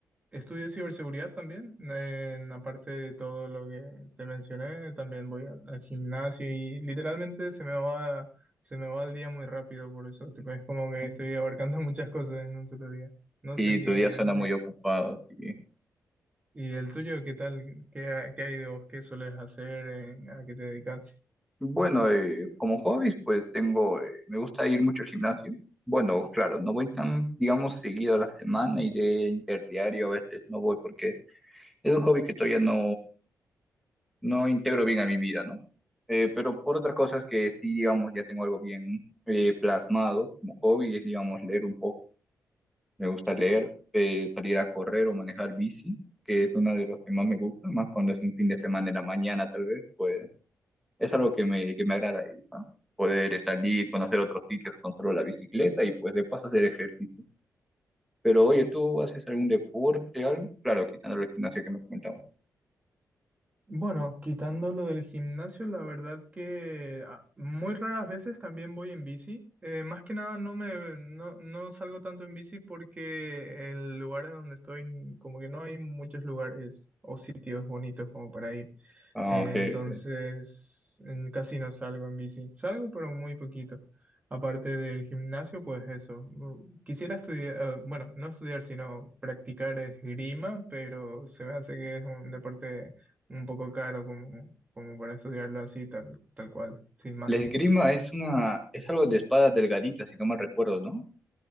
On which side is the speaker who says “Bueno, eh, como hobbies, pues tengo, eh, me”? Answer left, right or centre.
Centre